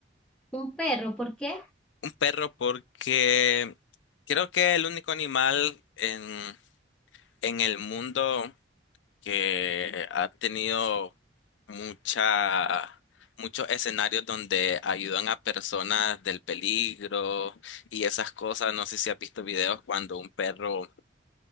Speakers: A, in the centre; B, on the left (about 80°).
A: Un perro, ¿por qué?
B: perro porque creo que el único animal en, en el mundo que ha tenido mucha, muchos escenarios donde ayudan a personas del peligro y esas cosas. No sé si has visto videos cuando un perro,